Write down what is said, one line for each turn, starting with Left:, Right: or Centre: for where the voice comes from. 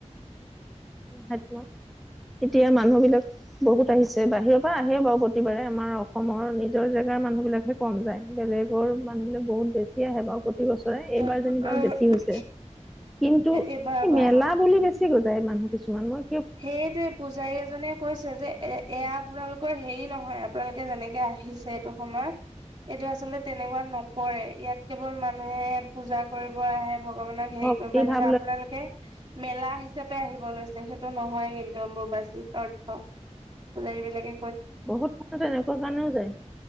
Centre: সেইটো এতিয়া মানুহ বিলাক বহুত আহিছে বাহিৰ। প্ৰায় আহে বাৰু প্ৰতিবাৰে। আমাৰ অসমৰ, নিজৰ জেগাৰ মানুহ বিলাকহে কম যায়। বেলেগৰ মানুহবিলাক বহুত বেছি আহে বাৰু প্ৰতি বছৰে।
Right: তেতিয়া
Centre: এইবাৰ যেনিবা বেছি হৈছে। কিন্তু,
Right: এইবাৰ
Centre: এই,
Right: বা
Centre: মেলা বুলি বেছি গৈ ছে মানুহ কিছুমান। মই
Right: সেইটোৱে! পূজাৰী এজনে কৈছে যে, এ, এয়া আপোনালোকৰ সেই নহয়, আপোনালোকে যেনেকে আহিছে এইটো সময়ত। এইটো আচলতে, তেনেকুৱা নকৰে। ইয়াত, কেৱল মানুহে পূজা কৰিব আহে। ভগৱানক, সেৰি
Centre: ভক্তি
Right: কৰিব আহে।
Centre: ভাৱ
Right: কিন্তু আপোনালোকে,
Centre: লৈ
Right: মেলা হিচাপে আহিব লৈছে, সেই টো নহয় কিন্তু, অম্বুবাচী অৰ্থ। পূজাৰীবিলাকে
Centre: বহুত মানুহ, এনেকুৱা কাৰণেও যায়।